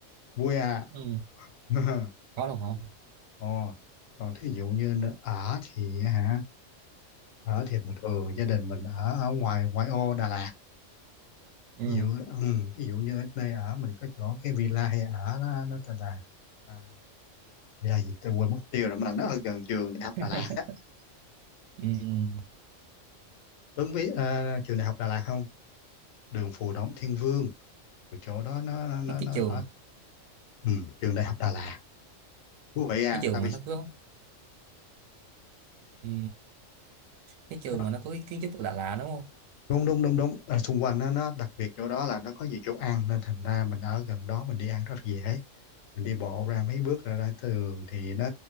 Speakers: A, on the left (about 80°); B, on the right (about 80°).
A: vui à
B: Ừ.
A: <laughs>
B: Có được không?
A: ồ còn thí dụ như nơi ở thì hả ở thì bình thường gia đình mình ở ở ngoài ngoại ô Đà Lạt
B: Ừ.
A: ví dụ ừ, ví dụ như ở đây ở mình có chỗ cái villa hay ở nó nó tên là à, villa gì tôi quên mất tiêu rồi mà nó ở gần trường đại học
B: <laughs>
A: Đà Lạt á
B: Ừ.
A: Tuấn biết à, trường đại học Đà Lạt không đường Phù Đổng Thiên Vương Rồi chỗ đó nó nó
B: Cái cái
A: nó,
B: trường
A: nó ở ừ, trường đại học Đà Lạt thú vị à
B: cái trường
A: tại vì
B: mà nó cứ ừ. cái trường
A: nó-
B: mà nó có cái kiến trúc lạ lạ đúng không?
A: đúng đúng đúng đúng Ở xung quanh nó nó đặc biệt chỗ đó là nó có nhiều chỗ ăn nên thành ra mình ở gần đó mình đi ăn rất dễ mình đi bộ ra mấy bước ra ra tới đường thì nó